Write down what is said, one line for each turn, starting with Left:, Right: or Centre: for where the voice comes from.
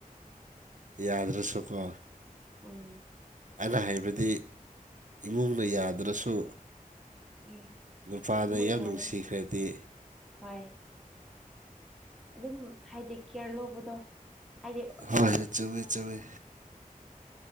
Right: ꯌꯥꯗ꯭ꯔꯁꯨꯀꯣ
Centre: ꯎꯝ
Right: ꯑꯩꯅ ꯍꯥꯏꯕꯗꯤ ꯏꯃꯨꯡꯅ ꯌꯥꯗ꯭ꯔꯁꯨ
Centre: ꯎꯝ
Right: ꯅꯨꯄꯥꯅ
Centre: ꯏꯃꯨꯡꯅ
Right: ꯌꯥꯝ
Centre: ꯌꯥꯗ꯭ꯔꯦ
Right: ꯅꯨꯡꯁꯤꯈ꯭ꯔꯦꯗꯤ
Centre: ꯍꯣꯏ ꯑꯗꯨꯝ ꯍꯥꯏꯗꯤ ꯀꯦꯌꯔ ꯂꯧꯕꯗꯣ ꯍꯥꯏꯗꯤ
Right: ꯍꯣꯏ ꯆꯨꯝꯃꯤ ꯆꯨꯝꯃꯤ